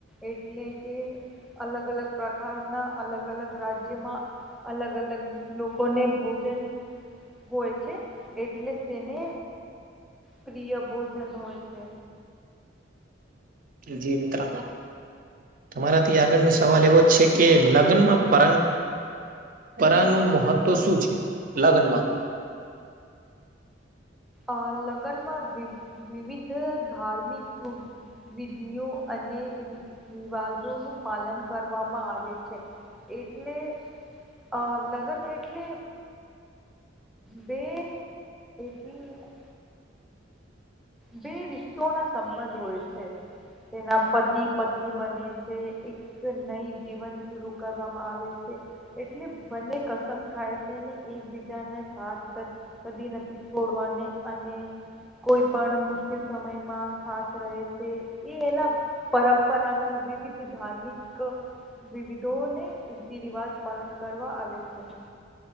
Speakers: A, in the centre; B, on the right.
A: એટલે કે અલગ-અલગ પ્રકારના, અલગ-અલગ રાજ્યમાં, અલગ-અલગ લોકોને ભોજ જન હોય છે, એટલે તેને પ્રિય ભોજન હોય છે.
B: જી મિત્ર. તમારાથી આગળની સવાલ એવો છે કે, લગ્નમાં પરં પરંપરા નું મહત્વ શું છે લગ્નમાં?
A: અ લગ્નમાં વિવિધ ધાર્મિક વિધિઓ અને રિવાજો નું પાલન કરવામાં આવે છે. એટલે અ લગ્ન એટલે બે <unintelligible> બે નિષ્ઠોના સંબંધ હોય છે. તેના પતિ-પત્ની બને છે, એક એક ન‌ઈ જીવન શુરુ કરવામાં આવે છે. એટલે બંને કસમ ખાય છે ને, એકબીજાના સાથ કદી નથી છોડવાને, અને કોઈ પણ મુશ્કેલ સમયમાં સાથ રહે છે, એ એના. પરંપરાનો વિવિધ ધાર્મિક વિવિધોને રીતિ-રિવાજ પાલન કરવા આવે છે.